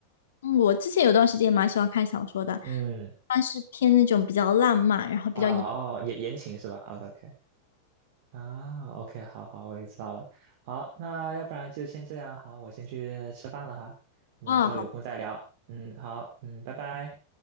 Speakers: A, on the left (about 65°); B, on the right (about 50°).
A: 嗯，我之前有段时间也蛮喜欢看小说的，
B: 嗯
A: 但是偏那种比较浪漫，然后比较阳
B: 啊哦，言言情是吧？啊，OK 啊，OK，好好，我也知道了。好，那要不然就先这样，好，我先去吃饭了哈，我们之后有空再聊。
A: 啊
B: 嗯，好，嗯，拜拜。